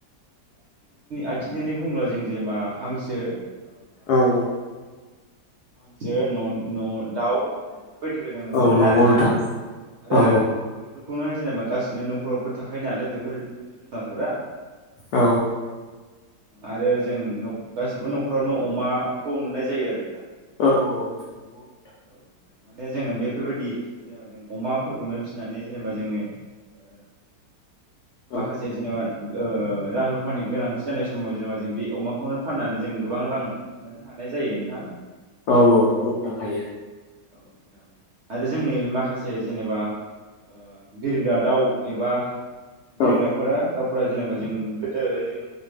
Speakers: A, on the right; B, on the left.
A: आथिंथोंनै बुंब्ला जों जेनबा हांसो ओमफाय
B: औ औ
A: हांसो न' न' दाव बेफोरबायदिखौ जों नुनो
B: औ
A: मोनो
B: नंगौ
A: आरोना
B: नोंथां
A: आरो
B: औ
A: खौनो जेनेबा गासिनि न'खरावबो थाखायो नालाय बेफोर जिब जुनारफोरा
B: औ
A: आरो जों न'गासिबो न'खरावनो अमाखौ नुनाय जायो आरो नोंथां।
B: औ औ औ नंगौ नोंथां।
A: औ माने जोङो बेफोरबादि जेनेबा जों अमाफोरखौनो फिसिनानै जेनेबा जोङो ओ
B: औ
A: माखासे जेनेबा ओ रां रुफानि गोनांथि जानाय समाव जेनेबा जों बे अमाखौनो फाननानै जों गोबां रां मोननो हानाय जायो नोंथां।
B: औ औ नंगौ नोथां हायो।
A: औ नोथां आरो जोंनि माखासे जेनेबा ओ बिरग्रा दाउ एबा बिरग्राफोरा
B: औ
A: जेनेबा जों गोदो जों